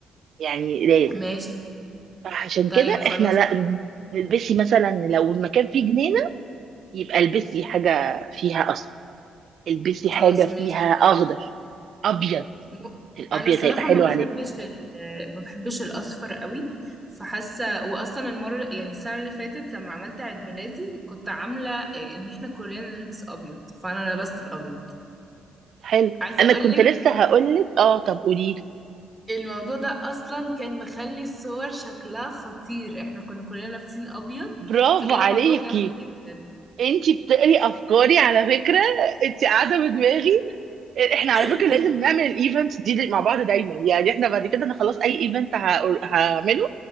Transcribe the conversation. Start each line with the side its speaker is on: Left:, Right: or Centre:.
Right: يعني لازم
Centre: ماشي
Right: عشان
Centre: طيب
Right: كده
Centre: خلاص
Right: احنا لا نلبسي مثلا لو المكان فيه جنينة يبقى البسي حاجة فيها أصفر البسي حاجة
Centre: خلاص
Right: فيها
Centre: ماشي
Right: أخضر أبيض
Centre: م-
Right: الأبيض
Centre: انا الصراحة
Right: هيبقى حلو
Centre: ما بحبش
Right: عليك
Centre: ال... ما بحبش الاصفر قوي فحاسة واصلا المرة يعني السنة اللي فاتت لما عملت عيد ميلادي كنت عاملة إيه، ان احنا كلنا نلبس ابيض فانا لبست الابيض
Right: حلو
Centre: عايزة
Right: أنا
Centre: اقولك
Right: كنت لسه هقولك اه طب قوليلي
Centre: الموضوع ده اصلا كان مخلي الصور شكلها خطير احنا كنا كلنا لابسين ابيض
Right: برافو
Centre: فكان
Right: عليكي
Centre: الموضوع جامد جدا
Right: انتي بتقري أفكاري على فكرة انتي قاعدة بدماغي احنا على
Centre: <laughs>
Right: فكره لازم نعمل الايفنتس دي دي مع بعض دايما يعني احنا بعد كده انا خلاص اي ايفنت هعمله